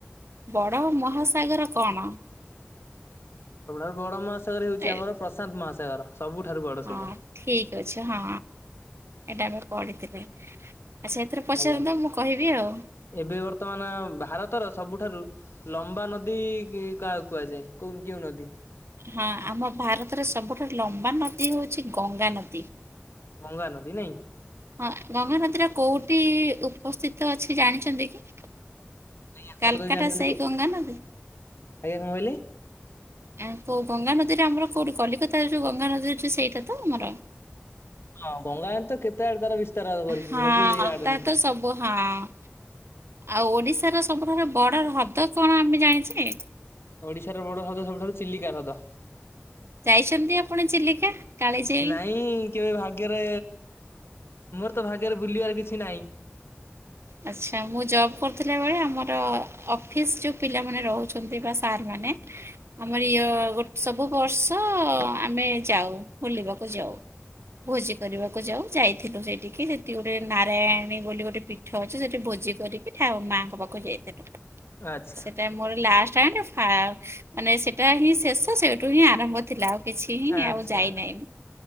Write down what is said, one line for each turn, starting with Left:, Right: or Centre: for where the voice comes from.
Right: ବଡ ମହାସାଗର କଣ?
Left: ସବୁଠାରୁ ବଡ଼ ମହାସାଗର ହେଉଛି
Right: ଏ
Left: ଆମର ପ୍ରଶାନ୍ତ ମହାସାଗର। ସବୁଠାରୁ ବଡ଼ ସେଇଟା।
Right: ହଁ ଠିକ ଅଛି ହଁ। ଏଇଟା ମୁଁ ପଢ଼ିଥିଲି। ଆଚ୍ଛା ଏଥିରେ ପଚାରନ୍ତୁ,
Left: ଆଜ୍ଞା।
Right: ମୁଁ କହିବି ଆଉ
Left: ଏବେ ବର୍ତ୍ତମାନ ଭାରତର ସବୁଠାରୁ ଲମ୍ବା ନଦୀ କାହାକୁ କୁହାଯାଏ? କୋଉଁ କେଉଁ ନଦୀ?
Right: ହଁ ଆମ ଭାରତରେ ସବୁଠାରୁ ଲମ୍ବା ନଦୀ ହଉଛି ଗଙ୍ଗା ନଦୀ।
Left: ଗଙ୍ଗା ନଦୀ ନାଇଁ।
Right: ହଁ ଗଙ୍ଗାନଦୀର କୋଉଠି ଉପସ୍ଥିତ ଅଛି ଜାଣିଛନ୍ତି କି?
Left: ଆଜ୍ଞା ଆପଣ
Right: କାଲକାଟା
Left: ତ ଜାଣିଥିବେ।
Right: ସେଇ
Left: ଆଜ୍ଞା!
Right: ଗଙ୍ଗା ନଦୀ?
Left: କଣ କହିଲେ?
Right: ଆ କଉ ଗଙ୍ଗାନଦୀରେ ଆମର କେଉଁଠି କଲିକତାର ଯେଉଁ ଗଙ୍ଗାନଦୀ ଅଛି ସେଇଟା ତ ଆମର
Left: ହଁ ଗଙ୍ଗା ତ କେତେ ଆଡେ ତାର ବିସ୍ତାର କରିଛି।
Right: ହଁ
Left: ସବୁ ଏଇ ଆଡେ।
Right: ତା ତ ସବୁ ହଁ। ଆଉ ଓଡିଶାର ସବୁଠାରୁ ବଡ ହ୍ରଦ କଣ ଆମେ ଜାଣିଛେ?
Left: ଓଡିଶାର ବଡ ହ୍ରଦ ସବୁଠାରୁ ଚିଲିକା ହ୍ରଦ।
Right: ଯାଇଛନ୍ତି ଆପଣ ଚିଲିକା କାଳି ଯାଇ?
Left: ନାଇଁ କେବେ ଭାଗ୍ୟରେ ମୋର ତ ଭାଗ୍ୟରେ ବୁଲିବାର କିଛି ନାହିଁ।
Right: ଆଚ୍ଛା। ମୁଁ ଜବ୍ କରୁଥିଲା ବେଳେ, ଆମର ଅଫିସ ଯୋଉ ପିଲାମାନେ ରହୁଛନ୍ତି ଏମିତିବା ବା ସାର୍ ମାନେ ଆମର ଇଏ ଗୋଟେ ସବୁ ବର୍ଷ ଆମେ ଯାଉ ବୁଲିବାକୁ ଯାଉ। ଭୋଜି କରିବାକୁ ଯାଉ ଯାଇଥିଲୁ। ସେଇଠିକି ସେଠି ଗୋଟେ ନାରାୟଣୀ ବୋଲି ଗୋଟେ ଅଛି ସେଠି ଭୋଜି କରିକି ମାଆଙ୍କ ପାଖକୁ ଯାଇଥିଲୁ।
Left: ଆଚ୍ଛା
Right: ସେଟା ମୋର ଲାଷ୍ଟ ଏଣ୍ଡ ଫାଷ୍ଟ, ସେଇଟା ହିଁ ଶେଷ ସେଇଠୁ ହିଁ ଆରମ୍ଭ ଥିଲା। ଆଉ କିଛି ହିଁ
Left: ଆଚ୍ଛା!
Right: ଆଉ ଯାଇନାହିଁ।